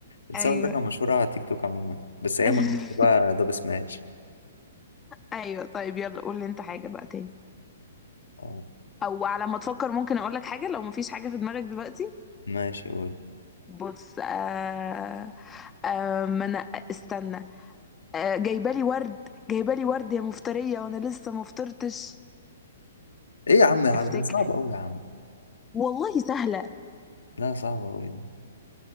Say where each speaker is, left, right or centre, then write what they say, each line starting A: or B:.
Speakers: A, on the left; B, on the left.
A: الساوند
B: ايوه
A: ده كان مشهور على تيك توك عموما بس ايام
B: <laughs>
A: ما كان اسمه بقى دب سماش
B: ايوه طيب يلا قول لي انت حاجه بقى تاني
A: اه
B: او على ما تفكر ممكن اقول لك حاجه لو مفيش حاجه في دماغك دلوقتي
A: ماشي قول
B: بص آه آه ما انا استنى آه جايبه لي ورد جايبه لي ورد يا مفتريه وانا لسه ما فطرتش
A: ايه يا عم يا عم
B: افتكر
A: ده صعب قوي يا عم
B: والله سهله
A: لا صعب قوي دي